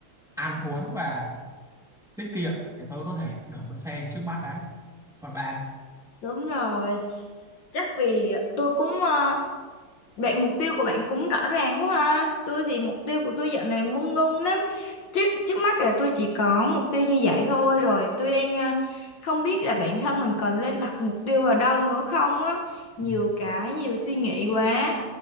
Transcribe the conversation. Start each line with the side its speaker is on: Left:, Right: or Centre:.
Centre: ăn uống và tiết kiệm để tôi có thể đổi con xe trước mắt đã còn bạn
Left: Đúng rồi, chắc vì tôi cũng ờ, Vậy mục tiêu của bạn cũng rõ ràng quá ha. Tôi thì mục tiêu của tôi dạo này mông lung lắm. Trước trước mắt là tôi chỉ có mục tiêu như vậy thôi rồi. Tôi đang à, không biết là bản thân mình còn nên đặt mục tiêu vào đâu nữa không á. Nhiều
Centre: Ừ.
Left: cái, nhiều suy nghĩ quá.